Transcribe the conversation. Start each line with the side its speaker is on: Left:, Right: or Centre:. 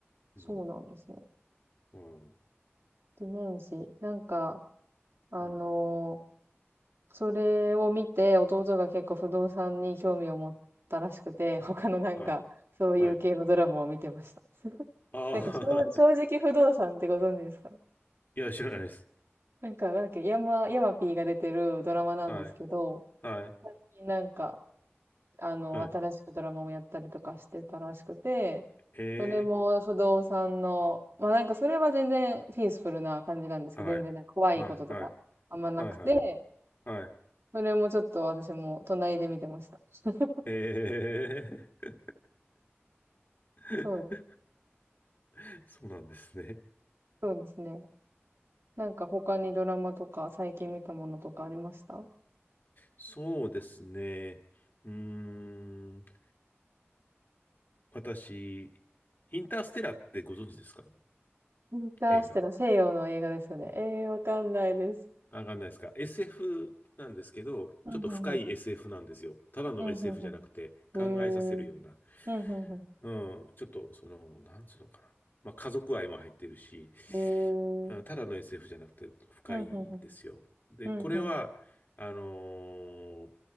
Left: うん。
Right: そうなんですね。
Left: はい。
Right: 地面師。なんか、あのー
Left: うん。
Right: それを見て、弟が結構不動産に興味を持ったらしくて、<laughs> 他のなんか、
Left: はい。
Right: そういう系のドラマを見てました。
Left: はい。ああ、
Right: なんか、正正直不動産ってご存知ですか
Left: <laughs> いや、知らないです。
Right: なんか、なんだっけ、ヤマヤマピーが出てるドラマなんですけど、
Left: はい、はい、
Right: 最近なんか、あの、
Left: はい。
Right: 新しくドラマもやったりとかしてたらしくて、
Left: え
Right: それも不動産の、まあなんかそれは全然ピースフルな感じなんですけど、
Left: ー、はい、
Right: 全然なんか怖いこととかあんまなくて、
Left: はい、はい、はい、はい、はい。
Right: それもちょっと私も隣で見てました。<laughs>
Left: えー、
Right: そうです。
Left: <laughs> そうなんですね。
Right: そうですね。なんか他にドラマとか最近見たものとかありました
Left: そうですね。うーん、私、インターステラーってご存知ですか
Right: インターステラー西洋の映画ですよね。
Left: 映画。
Right: ええー、わかんないです。
Left: あわかんないですか ?SF なんですけど、
Right: うんうんうん。
Left: ちょっと深い SF なんですよ。ただの
Right: うんうん
Left: SF じゃなくて、
Right: うん。
Left: 考えさせるような。
Right: ええー。うんうんうん。
Left: うん、ちょっと、その、なんつうのかな。まあ、家族愛も入ってるし、
Right: ええー。
Left: あただの SF じゃなくて深いんですよ。
Right: うんうんうん。
Left: で、
Right: うんうん。
Left: これは、あのー